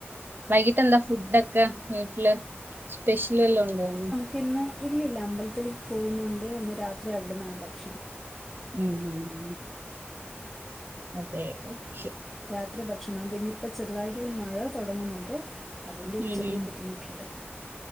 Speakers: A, on the right; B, in the centre.
A: വൈകിട്ട് എന്താ ഫുഡൊക്കെ വീട്ടില് സ്പെഷ്യൽ വല്ലോം ഉണ്ടോനി
B: പിന്ന്‌ ഇല്ല ഇല്ല അമ്പലത്തില് പോകുന്നുണ്ട് ഇന്ന് രാത്രി അവിടുന്നാണ് ഭക്ഷണം
A: ഉം ഉം അതെ മുഖ്യം
B: രാത്രി ഭക്ഷണം പിന്നെ ഇപ്പ ചെറുതായിട്ടൊരു മഴ തൊടങ്ങുന്നുണ്ട് അതിൻ്റെ ഒരു
A: ഉം
B: ചെറിയ
A: ഉം
B: ബുദ്ധിമുട്ടുണ്ട്